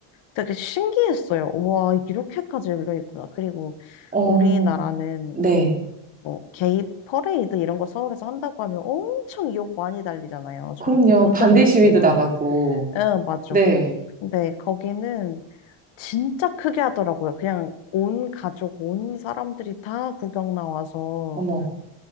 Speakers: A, on the left; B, on the right.
A: 되게 신기했어요. 와, 이렇게까지 열려 있구나. 그리고
B: 어,
A: 우리나라는
B: 네.
A: 무슨 뭐 게이 퍼레이드 이런 거 서울에서 한다고 하면 엄청 욕 많이 달리잖아요.
B: 그럼요.
A: 저도 본
B: 반대
A: 적은 없지만.
B: 시위도 나가고,
A: 응, 맞아.
B: 네.
A: 근데 거기는 진짜 크게 하더라고요. 그냥 온 가족, 온 사람들이 다 구경 나와서
B: 어머,